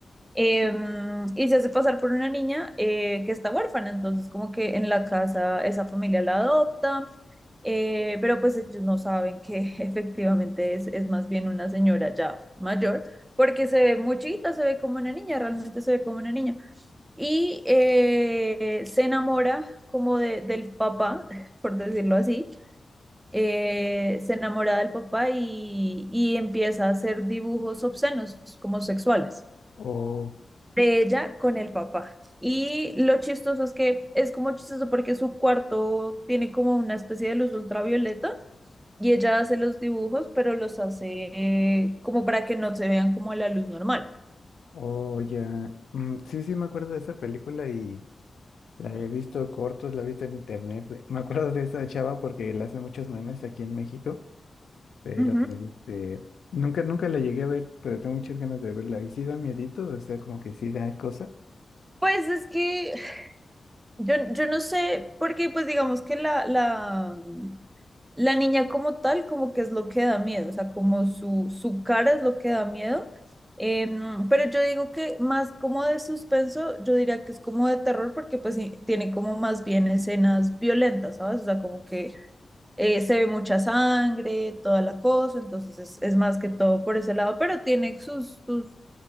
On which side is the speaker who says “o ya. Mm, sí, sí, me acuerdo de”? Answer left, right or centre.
Left